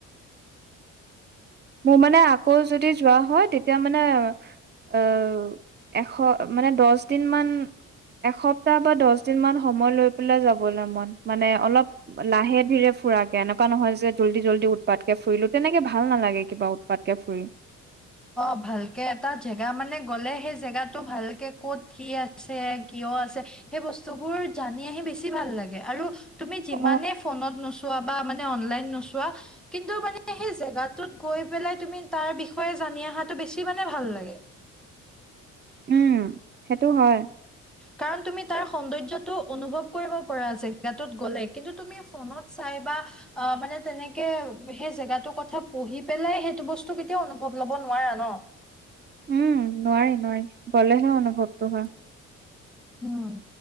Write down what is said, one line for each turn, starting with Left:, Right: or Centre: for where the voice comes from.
Right: মোৰ মানে আকৌ যদি যোৱা হয় তেতিয়া মানে আহ এশ মানে দহ দিন মান এসপ্তাহ বা দহ দিনমান সময় লৈ পেলাই যাবলৈ মন মানে অলপ লাহে ধীৰে ফুৰাকে এনেকুৱা নহয় যে জল্দি জল্দি উৎপাতকে ফুৰিলো তেনেকে ভাল নালাগে কিবা উৎপাতকে ফুৰি।
Centre: অঁ ভালকে এটা জেগা মানে গ'লে সেই জেগাটো ভালকে ক'ত কি আছে কিয় আছে সেই বস্তুবোৰ জানি আহি বেছি ভাল লাগে। আৰু তুমি যিমানে
Right: অ
Centre: ফোনত নো চোৱা বা অনলাইন নোচোৱা, কিন্তু মানে সেই জাগাটোত গৈ পেলাই তুমি তাৰ বিক্ষয়ে জানি অহাটো বেছি মানে ভাল লাগে।
Right: উম সেইটো হয়।
Centre: কাৰণ তুমি তাৰ সৌন্দৰ্যটো অনুভৱ কৰিব পৰা জাগাটোত গ'লে। কিন্তু তুমি ফোনত চাই বা আঁহ মানে তেনেকে সেই জেগাটোৰ কথা পঢ়ি পেলাই সেইটো বস্তু কেতিয়াও অনুভৱ লব নোৱাৰা ন।
Right: উম নোৱাৰি নোৱাৰি গলেহে অনুভৱটো হয়।
Centre: উম